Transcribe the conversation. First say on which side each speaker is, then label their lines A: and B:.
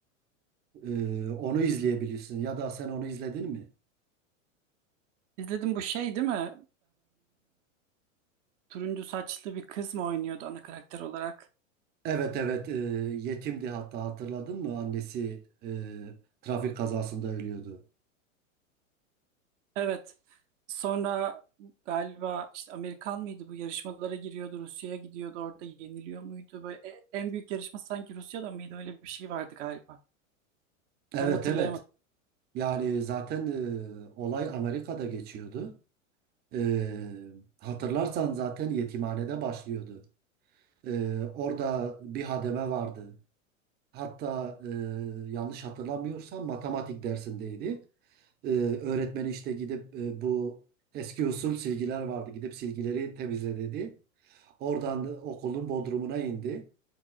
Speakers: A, on the right; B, on the right.
A: Ee, onu izleyebilirsin ya da sen onu izledin mi?
B: İzledim bu şey değil mi? turuncu saçlı bir kız mı oynuyordu ana karakter olarak?
A: Evet evet e, yetimdi hatta hatırladın mı? Annesi e, trafik kazasında ölüyordu.
B: Evet. Sonra galiba işte Amerikan mıydı bu yarışmalara giriyordu Rusya'ya gidiyordu orada yeniliyor muydu? Böyle e- en büyük yarışma sanki Rusya'da mıydı? Öyle bir şey vardı galiba.
A: Evet
B: Tam hatırlayamadım.
A: evet yani zaten e, olay Amerika'da geçiyordu. E, hatırlarsan zaten yetimhanede başlıyordu. Ee, orada bir hademe vardı. Hatta e, yanlış hatırlamıyorsam matematik dersindeydi. Ee, öğretmeni işte gidip e, bu eski usul silgiler vardı. Gidip silgileri temizle dedi. Oradan da okulun bodrumuna indi.